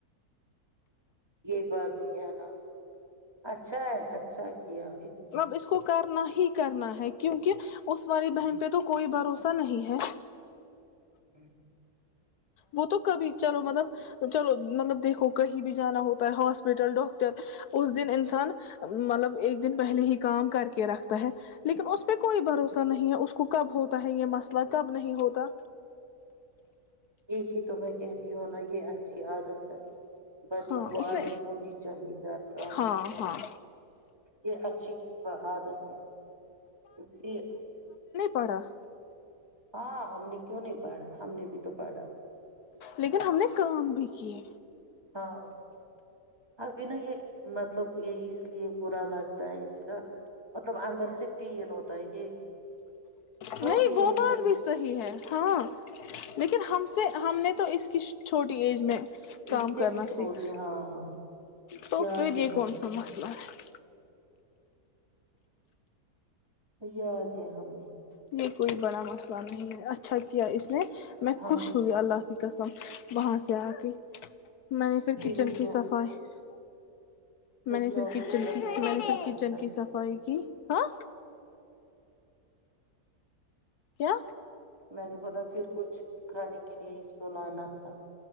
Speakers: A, on the right; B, on the left.
A: یہی بات بھی ہے نا اچھا ہے اچھا کیا
B: مطلب اس کو کرنا ہی کرنا ہے کیونکہ اس والی بہن پہ تو کوئی بھروسہ نہیں ہے
A: ہوں <unintelligible>
B: وہ تو کبھی چلو مطلب چلو مطلب دیکھو کہیں بھی جانا ہوتا ہے ہاسپٹل ڈاکٹر اس دن انسان مطلب ایک دن پہلے ہی کام کر کے رکھتا ہے لیکن اس پہ کوئی بھروسہ نہیں ہے اس کو کب ہوتا ہے یہ مسئلہ کب نہیں ہوتا
A: یہی تو میں کہتی ہوں نا یہ اچھی عادت ہے بچوں
B: ہاں
A: کو
B: اس
A: عادت
B: نے
A: ہونی چاہیے گھر کا
B: ہاں ہاں
A: یہ اچھی عادت ہے کیونکہ
B: پڑا
A: ہاں ہم نے کیوں نہیں پڑھا ہم نے بھی تو پاڑھا
B: لیکن ہم نے کام بھی کیے
A: ہاں ابھی نا یہ مطلب یہ اس لیے برا لگتا ہے اس کا مطلب اندر سے فیل ہوتا ہے یہ چھوٹی
B: نہیں وہ
A: ایج
B: بات
A: بیز
B: بھی صحیح
A: کی
B: ہے ہاں لیکن ہم ہم نے تو اس کی چھوٹی ایج میں کام
A: اس سے
B: کرنا
A: بھی چھوٹی
B: سیکھا
A: ہاں ہاں ہاں
B: تو
A: یاد
B: پھر
A: ہے
B: یہ کون
A: ہمیں
B: سا مسئلہ ہے
A: یاد ہے ہمیں
B: نہیں کوئی بڑا مسئلہ نہیں ہے اچھا کیا اس نے میں
A: ہاں
B: خوش ہوئی اللہ کی قسم وہاں سے آ کے میں نے پھر کچن
A: اس
B: کی
A: کو
B: صفائی ہچ <unintelligible> میں نے
A: چاکلیٹ
B: پھر کچن
A: وغیرہ
B: کی میں نے
A: دینا
B: پھر کچن
A: تھا
B: کی
A: اس
B: صفائی کی ہاں کیا
A: میں نے بولا پھر کچھ کھانے کے لیئے اسٹولانا تھا